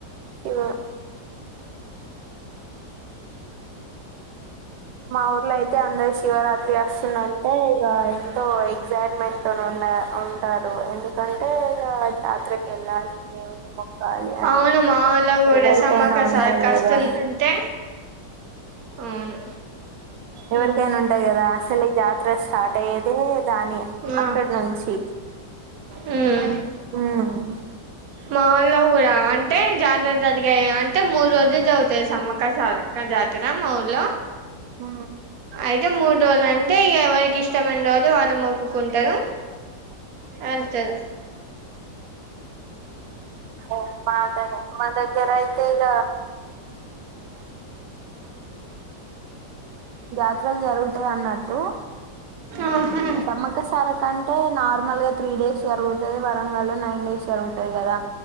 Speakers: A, on the right; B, on the right.
A: ఇ మా ఊర్లో అయితే అందరు శివరాత్రి వస్తుందంటే ఇగా ఎంతో ఎగ్సైట్మెంట్ తోన్ ఉం నా ఉంటారు ఎందుకంటే ఇగ జాత్రకి వెళ్ళాలి దేవున్ని మో కాలి అని
B: అవును మా వోళ్ళ కూడా
A: ఎవరికైనా
B: సమ్మక్క
A: ఉంటది
B: సారక్క వస్తుందంటే
A: కదా
B: అవును
A: ఎవరికైనా
B: మ్మ్
A: ఉంటాయ్ గదా అసలు జాతర స్టార్ట్ అయ్యేదే దాని అక్కడ్
B: ఆ
A: నుంచి
B: మ్మ్
A: ఉమ్
B: మా ఊల్లో గూడా అంటే జాతర్ జరిగే అం టే మూడు రోజుల్ జరుగుతది సమ్మకా సారక్క జాతార మా ఊల్లో
A: ఊ
B: అయితే మూడు రోజులు అంటే ఇగ ఎవరికి ఇష్టమైన్ రోజు వాళ్ళు మొక్కుకుంటారు ఎల్తది
A: ఒ పాతది మన దగ్గరైతే ఇగ జాతరల్ జరుగుతాయి అన్నట్టు
B: ఆహా
A: సామ్మక్క సారక అంటే నార్మల్ గా త్రీ డేస్ జరుగుతది వరంగల్లో నైన్ డేస్ జరుగుతది గదా